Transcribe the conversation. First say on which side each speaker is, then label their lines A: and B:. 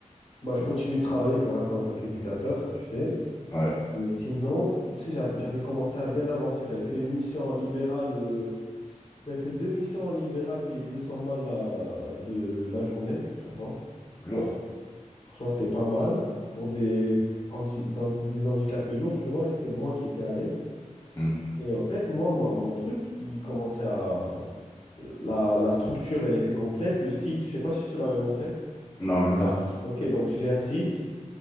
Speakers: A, on the left (about 45°); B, on the left (about 25°).
A: bah, je continue de travailler pour l'instant en tant qu'éducateur, ça tu sais.
B: ouais,
A: Et sinon, tu sais, j'av- j'avais commencé à bien avancer, j'avais fait une mission en libéral, euh, j'avais fait deux missions en libéral payées 200 balles la, de la journée à chaque fois.
B: lourd.
A: Franchement, c'était pas mal pour des, handi- dans des handicapés lourds, tu vois. et C'était moi qui étais allé.
B: Hmm.
A: Et en fait, moi, mon mon truc, il commençait à. Enfin, la, la structure, elle était complète. Le site, je sais pas si je te l'avais montré.
B: Non, même pas.
A: Ok, donc j'ai un site,